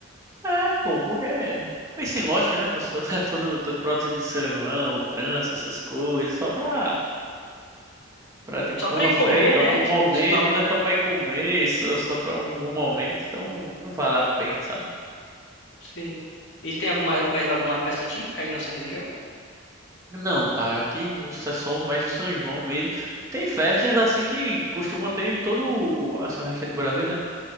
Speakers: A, on the right; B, on the left.
A: É, pô, porque é meio sem lógica, né? A pessoa tá <laughs> todo, todo produzido de São João, trança, essas coisas, só pra, pra tipo,
B: só
A: pra
B: pra
A: uma
B: ir comer,
A: festa,
B: né,
A: só pra um
B: tipo,
A: momento,
B: escutar música.
A: não é só pra ir comer, só, só pra um, um momento, então não vale a pena, sabe?
B: Sim. E tem alguma, mais alguma festa típica aí na sua região?
A: Não, cara, aqui você é só mais o São João mesmo. Tem festas assim que costumam ter em todo o, assim, o resto do Brasil, né?